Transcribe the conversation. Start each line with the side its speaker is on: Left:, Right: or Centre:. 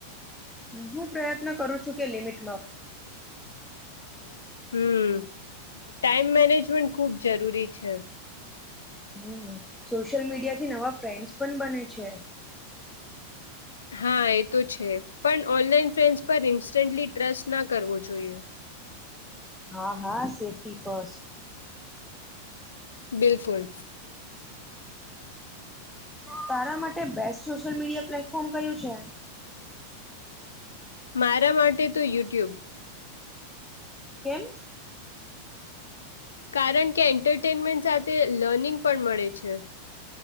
Centre: હું પ્રયત્ન કરું છું કે લિમિટ
Left: <inaudible> હમ ટાઈમ મેનેજમેન્ટ ખુબ જરૂરી છે.
Centre: હમ્મ. સોશિયલ મીડિયા થી નવા ફ્રેન્ડસ પણ બને છે.
Left: હા એ તો છે પણ ઓનલાઈન ફ્રેન્ડસ પર ઇન્સ્ટન્ટલી ટ્રસ્ટ ના કરવો જોઈએ.
Centre: હા હા સેફ્ટી ફસ્ટ.
Left: બિલકુલ.
Centre: તારા માટે બેસ્ટ સોશિયલ મીડિયા પ્લેટફોર્મ કયું છે.
Left: મારા માટે તો યુટ્યુબ.
Centre: કેમ.
Left: કારણ કે એન્ટરટેનમેન્ટ સાથે લર્નિંગ પણ મળે છે